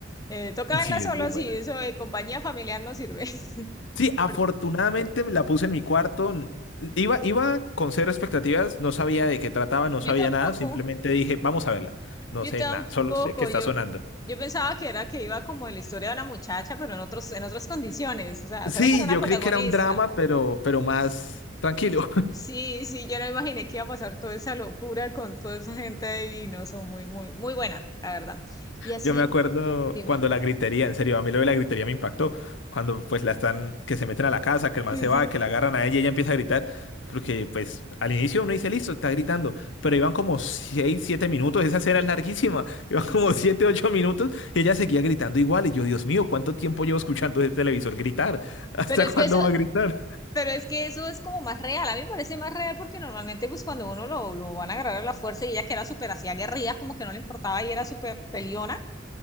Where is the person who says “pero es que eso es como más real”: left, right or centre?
Left